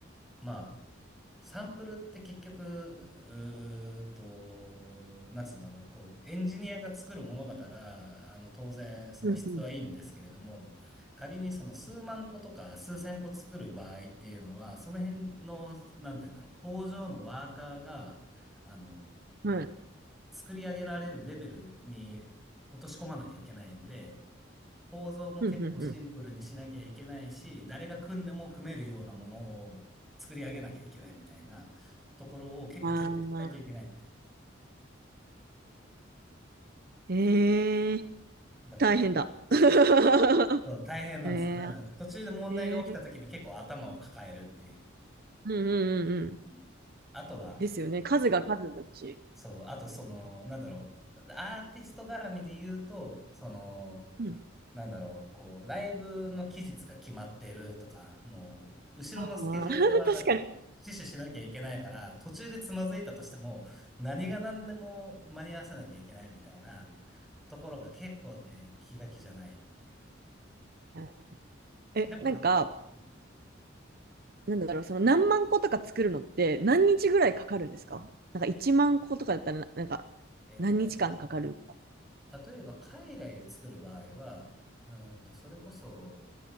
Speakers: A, in the centre; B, on the right (about 50°).
A: う、まあ、サンプルって結局、うーっと、なんつうんだろう、こう、エンジニアが作るものだから、あの、当然、その質はいいんですけれども、
B: うん、うん
A: 仮にその数万個とか数千個作る場合っていうのは、その辺の、なんていうんだろう、工場のワーカーが、あの、
B: はい、
A: 作り上げられるレベルに落とし込まなきゃいけないんで、構造も結構シンプルにしなきゃいけないし、
B: うん、うん、うん。
A: 誰が組んでも組めるようなものを作り上げなきゃいけないみたいなところを結構徹底しないといけないみたい
B: ああ、ええ、
A: な。だから、
B: 大変だ。<laughs>
A: そう大変なんですよ。
B: え
A: だから途中で問題が起きた時に結構頭を抱えるっていう。
B: え、ええ、うんうんうんうん。
A: うんあとは、
B: ですよね。数が数だし。
A: そう、あとその、なんだろう、アーティスト絡みで言うと、その、
B: うん。
A: なんだろう、こう、ライブの期日が決まってるとか、もう、後ろのスケジュールは
B: ああ、<laughs> 確かに。
A: 死守しなきゃいけないから、途中でつまずいたとしても、何が何でも間に合わせなきゃいけないみたいなところが結構ね、気が気じゃないっていう。
B: うんえ、
A: でも、
B: なんか、
A: たうん
B: なんだろう、その何万個とか作るのって何日ぐらいかかるんですかなんか1万個とかだったらな、なんか
A: えっとね、
B: 何日間かかる
A: 例えば海外で作る場合は、うーんと、それこそ、